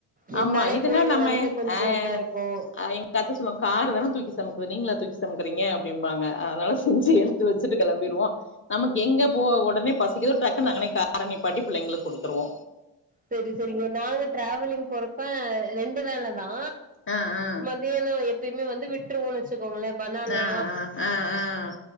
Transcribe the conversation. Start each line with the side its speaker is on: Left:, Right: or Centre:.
Right: இருந்தாலே
Left: ஆமா இதுன்னா
Right: போயிட்டு
Left: நம்ம
Right: வர்றது கொஞ்சோ
Left: ஆ
Right: இதா இருக்கோ
Left: ஆ அத்த சொல்லுவாங்க காரு வேனு தூக்கி சுமக்குது நீங்களா தூக்கி சுமக்கறீங்க அப்டிம்பாங்க அதனால செஞ்சு எடுத்து வச்சுட்டு கெளம்பிருவோ நமக்கு எங்க போ உடனே பசிக்குதோ ட்க்குனு அங்கனே கார நிப்பாட்டி பிள்ளைங்களுக்கு குடுத்துருவோ
Right: சரி சரிங்க நாங்க ட்ராவலிங் போறப்ப ரெண்டு வேலதா
Left: ஆ ஆ
Right: <unintelligible> எப்பயுமே வந்து விட்றுவோனு வச்சுக்கோங்களே பனானா
Left: ஆ ஆ ஆ ஆ